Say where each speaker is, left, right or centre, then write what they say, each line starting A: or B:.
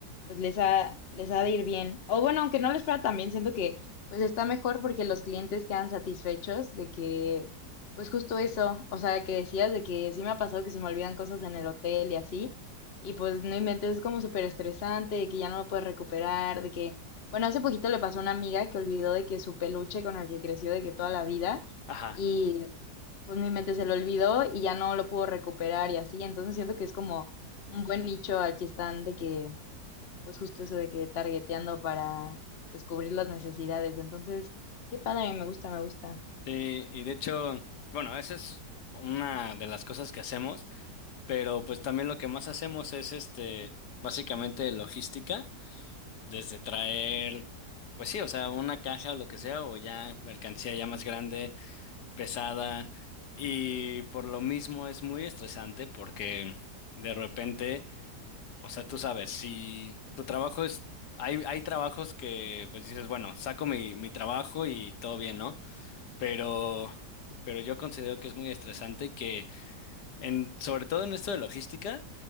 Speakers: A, on the left; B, on the left.
A: pues les ha, les ha de ir bien. O bueno, aunque no les fuera tan bien, siento que pues está mejor porque los clientes quedan satisfechos de que, pues justo eso, o sea, que decías de que sí me ha pasado que se me olvidan cosas en el hotel y así, y pues no inventes, es como súper estresante, de que ya no lo puedes recuperar, de que, bueno, hace poquito le pasó a una amiga que olvidó de que su peluche con el que creció de que toda la vida,
B: Ajá.
A: y pues no inventes, se lo olvidó y ya no lo pudo recuperar y así, entonces siento que es como un buen nicho al que están de que pues justo eso de que targeteando para pues cubrir las necesidades. Entonces, qué padre, me gusta, me gusta.
B: Sí, y de hecho, bueno, esa es una de las cosas que hacemos, pero pues también lo que más hacemos es este, básicamente logística, desde traer, pues sí, o sea, una caja o lo que sea, o ya mercancía ya más grande, pesada, y por lo mismo es muy estresante porque de repente, o sea, tú sabes, si tu trabajo es, hay, hay trabajos que pues dices, bueno, saco mi, mi trabajo y todo bien, ¿no? pero, pero yo considero que es muy estresante que, en, sobre todo en esto de logística,